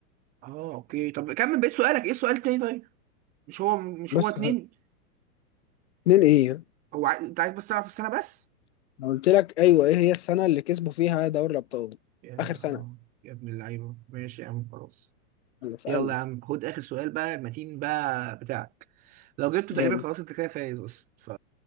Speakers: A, on the right (about 15°); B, on the left (about 45°).
A: اه اوكي طب كمل بقيت سؤالك ايه السؤال التاني طيب مش هو مش
B: بس
A: هو اتنين
B: اتنين ايه
A: هو ع- انت عايز بس تعرف السنه بس
B: أنا قلت لك ايوه ايه هي السنه اللي كسبوا فيها دوري الابطال
A: يا
B: اخر سنه
A: يا ابن اللعيبه ماشي يا عم خلاص
B: يلا اسالني
A: يلا يا عم خد اخر سؤال بقى المتين بقى بتاعك لو جبته
B: يلا
A: تقريبا خلاص انت كده فايز بس ف